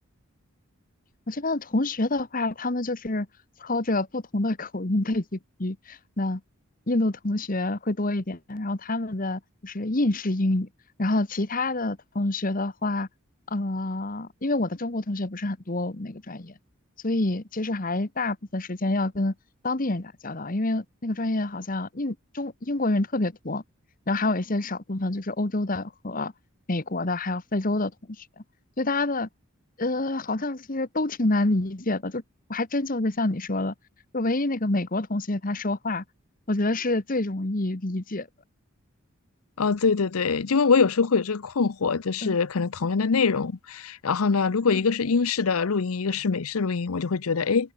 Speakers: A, on the left; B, on the left.
A: 我这边的同学的话，他们就是操着不同的口音的英语。那印度同学会多一点，然后他们的就是印式英语。然后其他的同学的话，呃，因为我的中国同学不是很多，我们那个专业，所以其实还大部分时间要跟当地人打交道，因为那个专业好像印中英国人特别多，然后还有一些少部分就是欧洲的和美国的，还有非洲的同学。所以大家的呃，好像是都挺难理解的，就我还真就是像你说的，就唯一那个美国同学他说话，我觉得是最容易理解的。
B: 哦，对对对，因为我有时候会有这个困惑，就是可能同样的内容，
A: 嗯嗯
B: 然后呢，如果一个是英式的录音，
A: 嗯
B: 一个是美式录音，我就会觉得，哎，